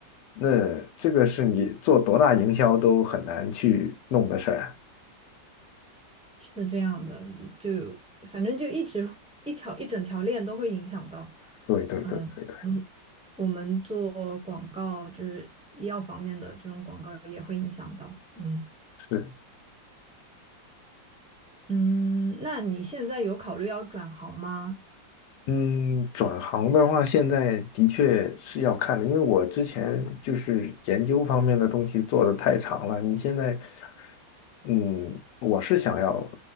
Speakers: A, on the left (about 70°); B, in the centre.
A: 那这个是你做多大营销都很难去弄的事儿啊。
B: 是这样的，就反正就一直一条一整条链都会影响到，
A: 对对对对对，
B: 嗯嗯，我们做广告就是医药方面的这种广告也会影响到，嗯。
A: 是。
B: 嗯，那你现在有考虑要转行吗？
A: 嗯，转行的话，现在的确是要看的，因为我之前就是研究方面的东西做的太长了。你现在，嗯，我是想要